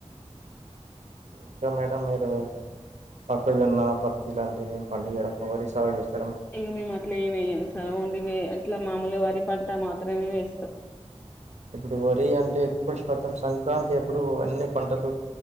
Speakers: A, on the right; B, on the left.
A: ఇంకా మేడం మీరు మొక్కజొన్న పత్తి లాంటివి ఎం పండియ్యారా ఒక వరి సాగు చేస్తర
B: ఇగా మేము అట్లా ఏం ఏయ్యాము సార్ ఓన్లీ ఇవ్వే ఆట్ల ట్ల మామూలుగా వరి పంట మాత్రమే వేస్తాం
A: ఇప్పుడు వరి అంటే ఎక్కువ శాతం సంక్రాంతి ఆప్పుడు అన్ని పంటలు